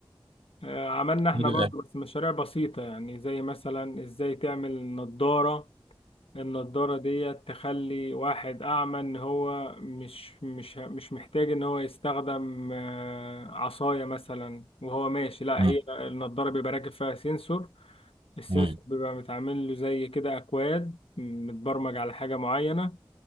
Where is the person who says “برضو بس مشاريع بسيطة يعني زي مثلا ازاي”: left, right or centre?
Left